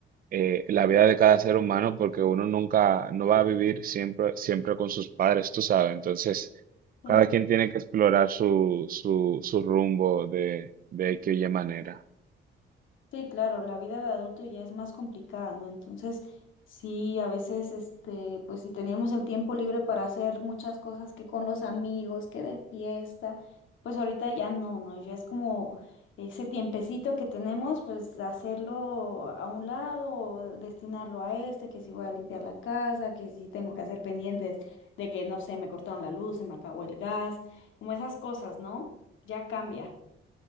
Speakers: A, on the right; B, on the left.
A: eh, la vida de cada ser humano porque uno nunca, no va a vivir siempre, siempre con sus padres, tú sabes. Entonces,
B: Sí.
A: cada quien tiene que explorar su, su, su rumbo de, de X o Y manera.
B: Sí, claro, la vida de adulto ya es más complicada, ¿no? Entonces, sí, a veces, este, pues si teníamos el tiempo libre para hacer muchas cosas que con los amigos, que de fiesta, pues ahorita ya no, ¿no? Ya es como ese tiempecito que tenemos, pues hacerlo a un lado, o destinarlo a este, que si voy a limpiar la casa, que si tengo que hacer pendientes de que, no sé, me cortaron la luz, se me acabó el gas, como esas cosas, ¿no? Ya cambia.